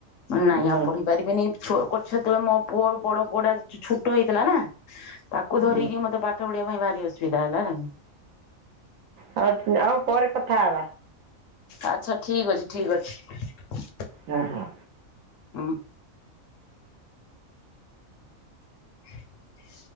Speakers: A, on the left; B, on the right.
A: ନାଇଁ
B: ହୁଁ
A: ଆଉ ପଢି ପାରିବିନି। <inaudible> ମୋ ପୁଅ ବଡ ପୁଅ ଟା ଛୋଟ ହେଇଥିଲା ନାଁ। ତାକୁ ଧରିକି
B: ହୁଁ।
A: ମତେ ପାଠ ପଢିବା ପାଇଁ ଭାରି ଅସୁବିଧା ହେଲା ନା।
B: ହଉ ଆଉ ପରେ କଥା ହବା
A: ଆଛା ଠିକ ଅଛି ଠିକ ଅଛି।
B: ହଁ ହଁ।
A: ଉ। <unintelligible>